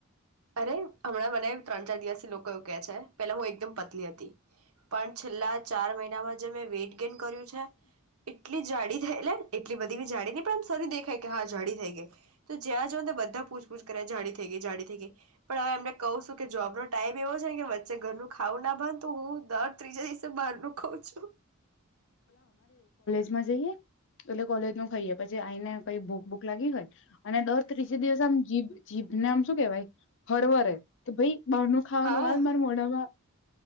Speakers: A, on the right; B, on the left.
A: અરે! હમણાં મને ત્રણ-ચાર દિવસ થી લોકો કહે છે, પહેલાં હું એકદમ પતલી હતી પણ, છેલ્લા ચાર મહિનામાં જે મેં વેઇટ ગેન કર્યું છે, એટલી જાડી થઈ એટલે <inaudible> એટલી બધી જાડી નહી, પણ આમ સારી દેખાય કે હા, જાડી થઈ ગઈ તો જ્યાં જાઓ ને બધા પૂછપૂછ કરે જાડી થઈ ગઈ જાડી થઈ ગઈ પણ, હવે એમને કહું છું કે જોબ નો ટાઈમ એવો છે કે વચ્ચે ઘરનું ખાવું ન ભાવેને તો હું દર ત્રીજા દિવસે બહાર ન ખાઉં છું
B: કોલેજ માં જાઇએ એટલે કોલેજ નું ખાઈએ પછી, આઈને કંઈ ભુખ-બુખ લાગી હોય અને દર ત્રીજે દિવસ આમ જીભ જીભને આમ શું કેવાય, હરવરે કે ભાઈ બારનું ખાવાનું
A: હા
B: હાલ મારા મોઢામાં